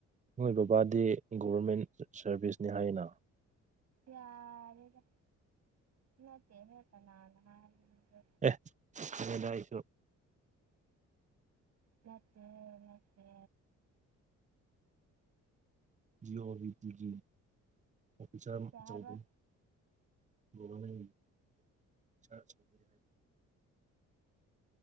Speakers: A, on the right (about 25°); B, on the right (about 60°).
A: ꯅꯣꯏ ꯕꯕꯥꯗꯤ ꯒꯣꯕꯔꯃꯦꯟ ꯁꯔꯚꯤꯁꯅꯤ ꯍꯥꯏꯅ
B: ꯌꯥꯔꯦꯗ ꯅꯠꯇꯦꯗ ꯀꯅꯥꯅ ꯍꯥꯏꯔꯤꯅꯣꯗ
A: ꯑꯦ ꯈꯪꯉꯦꯗ ꯑꯩꯁꯨ
B: ꯅꯠꯇꯦ ꯅꯠꯇꯦ
A: ꯖꯤ ꯑꯣꯕꯤ <unintelligible> ꯑꯣꯐꯤꯁꯥꯔ
B: ꯀꯩ
A: ꯑꯆꯧꯕꯅꯤ
B: ꯍꯥꯏꯕ
A: ꯒꯣꯕꯔꯃꯦꯟꯒꯤ <unintelligible>